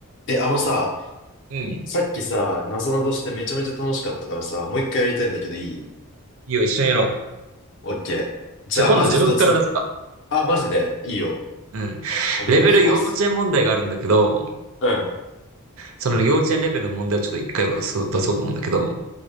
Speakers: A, on the left; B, on the right.
A: え、あのさ、
B: うん。い
A: さっきさ、なぞなぞしてめちゃめちゃ楽しかったからさ、もう一回やりたいんだけどいい
B: いよ、一緒にやろう。
A: オッケー。じゃあ、
B: じゃあ今度自分から出すか。
A: まず一つ目。あ、マジでいいよ。
B: うん。
A: お願いします。
B: レベル幼稚園問題があるんだけど、
A: うん。
B: その幼稚園レベルの問題をちょっと一回出そう、出そうと思うんだけど、